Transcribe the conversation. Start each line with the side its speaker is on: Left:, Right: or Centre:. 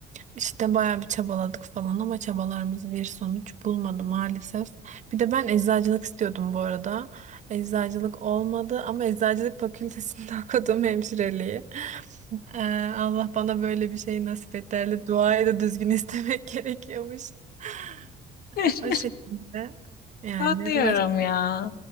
Right: İşte bayağı bir çabaladık falan ama çabalarımız bir sonuç bulmadı maalesef. Bir de ben eczacılık istiyordum bu arada. Eczacılık olmadı ama eczacılık fakültesinde <laughs> okudum hemşireliği. Ee, Allah bana böyle bir şey nasip et derdi. Duayı da düzgün istemek <laughs> gerekiyormuş. <laughs>
Left: <laughs>
Right: O şekilde. Yani
Left: Anlıyorum
Right: başka...
Left: ya.